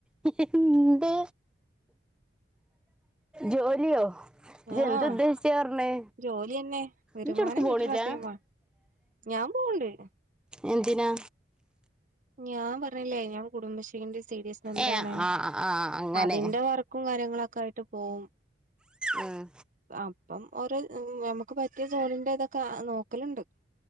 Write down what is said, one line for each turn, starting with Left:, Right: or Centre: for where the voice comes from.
Centre: എന്ത് ജോലിയോ ഇജ്
Right: ആഹ്
Centre: എന്ത് ഉദ്ദേശിച്ച പറഞ്ഞെ
Right: ജോലിയന്നെ വരുമാനം
Centre: ഇജോടുക്ക് പോണില്ലാ
Right: കിട്ടണം അത്രയും വേണം ഞാൻ പോവണ്ട്
Centre: എന്തിനാ
Right: ഞാൻ പറഞ്ഞില്ലേ ഞാൻ കുടുംബശ്രീന്റെ സീരി എസ് മെമ്പറണ്
Centre: ഏ ആ ആ അങ്ങനെ
Right: അതിന്റെ വർ ക്കും കാര്യങ്ങളൊക്കെയിട്ട് പോവും
Centre: ഉം
Right: അപ്പം ഒര് നമ്മക്ക് പറ്റിയ സോണിന്റെ തക്കെ നോക്കലുണ്ട്